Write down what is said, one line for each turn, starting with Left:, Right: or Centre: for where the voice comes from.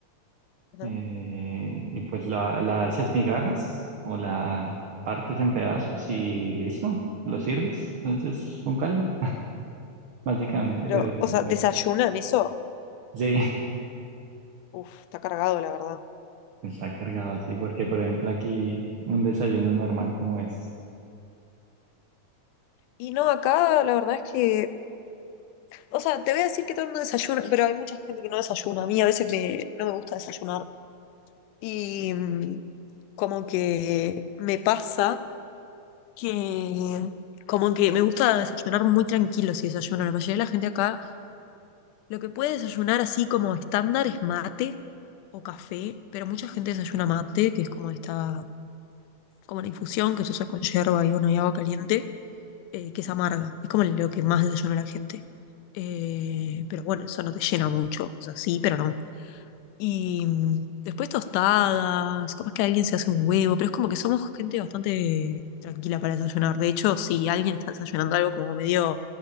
Left: ¿no?
Right: eh, y pues la, la haces migajas o la partes en pedazos y listo, lo sirves. Entonces es un caldo, básicamente,
Left: Pero,
Right: pero bueno,
Left: o sea, desayunan eso,
Right: sí,
Left: uf, está cargado, la verdad.
Right: <laughs> está cargado así, porque por ejemplo aquí un desayuno normal como es.
Left: Y no, acá la verdad es que, o sea, te voy a decir que todo el mundo desayuna, pero hay mucha gente que no desayuna. A mí a veces me, no me gusta desayunar. Y mm, como que me pasa que como que me gusta desayunar muy tranquilo si desayuno. La mayoría de la gente acá lo que puede desayunar así como estándar es mate o café, pero mucha gente desayuna mate, que es como esta, como una infusión que se usa con yerba y bueno, y agua caliente, eh, que es amarga. Es como lo que más desayuna la gente. Eh, pero bueno, eso no te llena mucho. O sea, sí, pero no. Y mm, después tostadas, capaz que alguien se hace un huevo, pero es como que somos gente bastante tranquila para desayunar. De hecho, si alguien está desayunando algo como medio